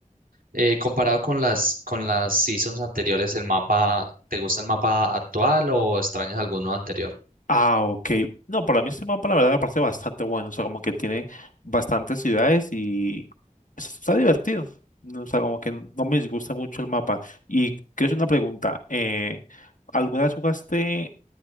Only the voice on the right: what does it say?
Eh, comparado con las, con las seasons anteriores, ¿el mapa, te gusta el mapa actual o extrañas alguno anterior?